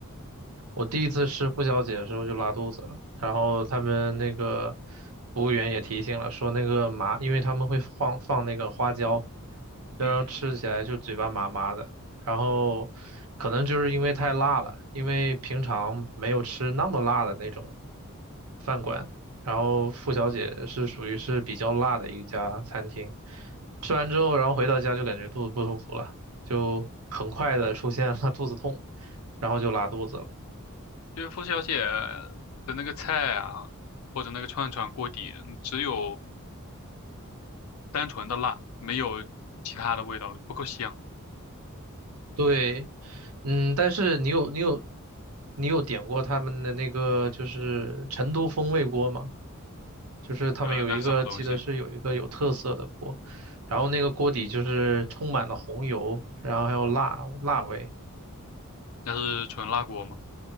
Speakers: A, on the right; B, on the left.
A: 我第一次吃付小姐的时候就拉肚子了，然后他们那个服务员也提醒了，说那个麻，因为他们会放放那个花椒，然后吃起来就嘴巴麻麻的，
B: 嗯，
A: 然后可能就是因为太辣了，因为平常没有吃那么辣的那种饭馆，然后付小姐是属于是比较辣的一家餐厅，吃完之后，然后回到家就感觉肚子不舒服了，就很快的出现了 <laughs> 肚子痛，然后就拉肚子了。
B: 就是傅小姐的那个菜啊，或者那个串串锅底，嗯只有。单纯的辣，没有其他的味道，不够香。
A: 对，嗯，但是你有你有你有点过他们的那个就是成都风味锅吗？就是他们有一个记得是有一个有特色的锅，
B: 呃，那是什么东西？
A: 然后那个锅底就是充满了红油，然后还有辣辣味。
B: 那是纯辣锅吗？